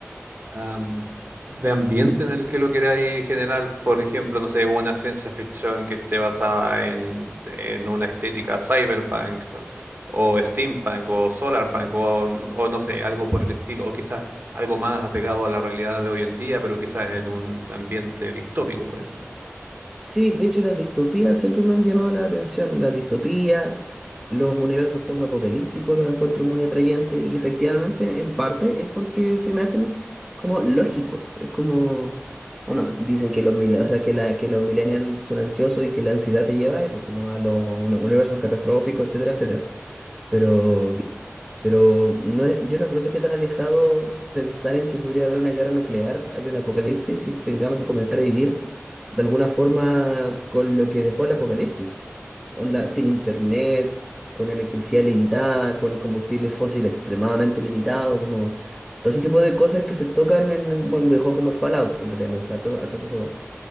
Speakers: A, on the right; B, in the centre.
A: am, de ambiente en el que lo queráis generar, por ejemplo, no sé, una ciencia ficción que esté basada en, en una estética cyberpunk o steampunk o solarpunk o, o no sé, algo por el estilo, o quizás algo más apegado a la realidad de hoy en día, pero quizás en un ambiente distópico puede ser.
B: Sí, de hecho las distopías siempre me han llamado la atención. Las distopías, los universos posapocalípticos los encuentro muy atrayentes y efectivamente en parte es porque se me hacen como lógicos. Es como, bueno, dicen que los, mil- o sea, que la, que los millennials son ansiosos y que la ansiedad te lleva a eso, como a los uni- universos catastróficos, etcétera, etcétera. Pero pero no es- yo no creo que esté tan alejado pensar en que podría haber una guerra nuclear, hay un apocalipsis y tengamos que comenzar a vivir de alguna forma con lo que dejó el apocalipsis. Onda, sin internet, con electricidad limitada, con combustible fósil extremadamente limitado, como todo ese tipo de cosas que se tocan en un un videojuego como el Fallout, que en realidad me gusta harto, harto ese juego.